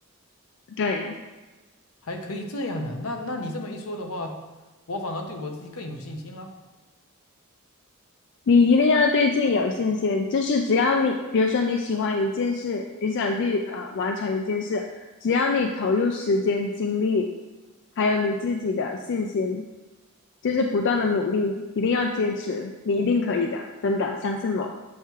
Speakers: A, on the left; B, on the left.
A: 对，
B: 嗯还可以这样的。那那你这么一说的话，我反而对我自己更有信心了。
A: 你一定要对自己有信心，就是只要你，比如说你喜欢一件事，你想去呃完成一件事，只要你投入时间、精力，还有你自己的信心，就是不断的努力，一定要坚持，你一定可以的，真的，相信我。